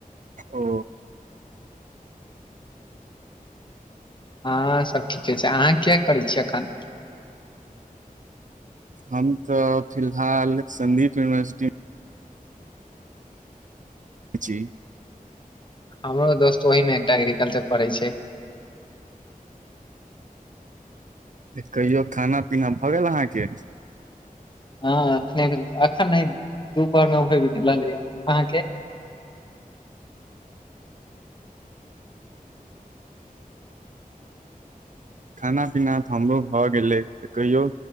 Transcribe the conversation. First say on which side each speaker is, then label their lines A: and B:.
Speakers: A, on the right; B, on the left.
A: ओ।
B: आहाँ सभ ठीके छै अहाँ किया करै छियै अखन
A: हम तऽ फिलहाल संदीप यूनिवर्सिटी। मे जी।
B: हमरो दोस्त ओहहि मे एकटा एग्रीकल्चर पढ़ै छै
A: कहियो खाना पीना भऽ गेल अहाँकेँ
B: हँखने भेल एखन नहि दुपहर मे उ लि अहाँकेँ
A: खाना पीना तऽ हमरो भऽ गेलै तऽ कहियौ।